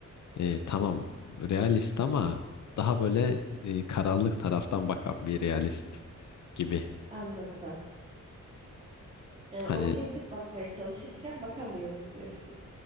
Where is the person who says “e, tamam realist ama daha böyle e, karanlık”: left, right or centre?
Left